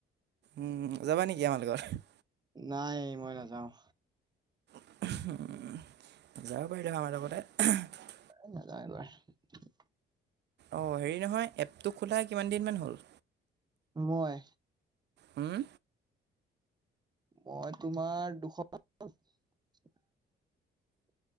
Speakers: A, on the right; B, on the right.
A: উম, যাবা নেকি আমাৰ লগত?
B: নাই, মই নাযাওঁ।
A: যাব পাৰিলা হয়, আমাৰ লগতে।
B: এ নাযাওঁ এইবাৰ।
A: অঁ, হেৰি নহয় এপটো খোলা কিমান দিনমান হ'ল?
B: মই?
A: উম?
B: মই তোমাৰ দুশ <unintelligible>